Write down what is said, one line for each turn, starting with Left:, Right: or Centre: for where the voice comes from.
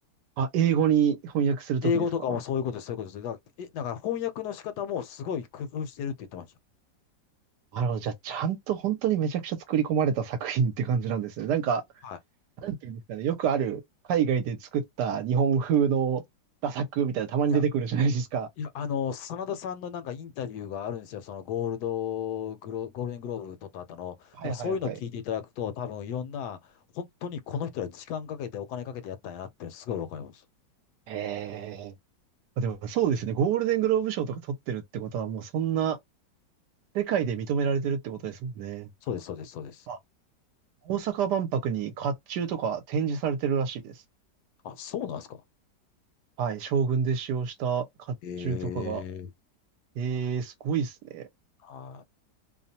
Right: あ、英語に翻訳するときですか
Left: 英語とかもそういうことです、そういうことです。だから、え、なんか翻訳の仕方もすごい工夫してるって言ってました。
Right: なるほど。じゃあ、ちゃんと本当にめちゃくちゃ作り込まれた作品って感じなんですね。なんか、
Left: はい。
Right: なんていうんですかね。よくある、海外で作った日本風の画作みたいな、たまに出てくるじゃないですか。
Left: いや、いや、あの、真田さんのなんかインタビューがあるんですよ。そのゴールドグロ、ゴールデングローブ取った後の。
Right: はいはいはい。
Left: なんかそういうのを聞いていただくと、多分いろんな、本当にこの人は時間かけてお金かけてやったんやなってすごいわかります。
Right: へえ。でもそうですね。ゴールデングローブ賞とか取ってるってことは、もうそんな世界で認められてるってことですもんね。
Left: そうです、そうです、そうです。
Right: あ、大阪万博に甲冑とか展示されてるらしいです。
Left: あ、そうなんですか。
Right: はい。将軍で使用した甲冑とかが。
Left: ええ
Right: ええ、すごいですね。
Left: はい。